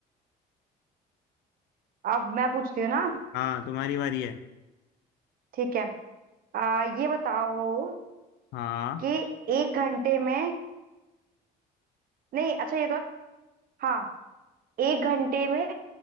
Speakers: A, on the right; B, on the left.
A: अब मैं पूछती हूँ ना
B: हाँ तुम्हारी बारी है
A: ठीक है आ, ये बताओ
B: हाँ
A: कि एक घंटे में नहीं अच्छा ये तो हाँ एक घंटे में